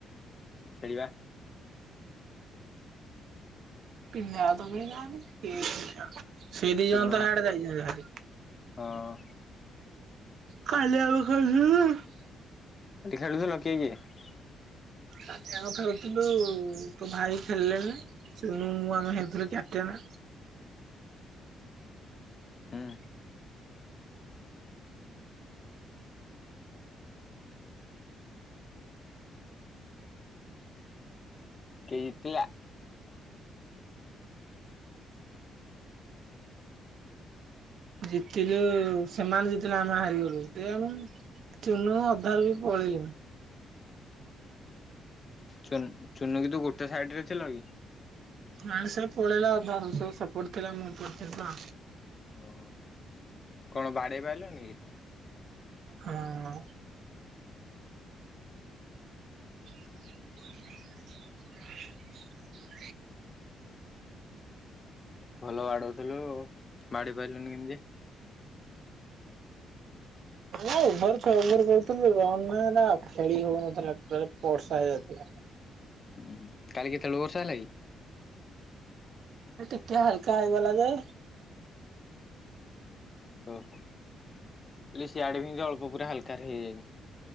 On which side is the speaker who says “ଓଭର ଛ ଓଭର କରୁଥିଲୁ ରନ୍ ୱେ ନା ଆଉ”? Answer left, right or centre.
Right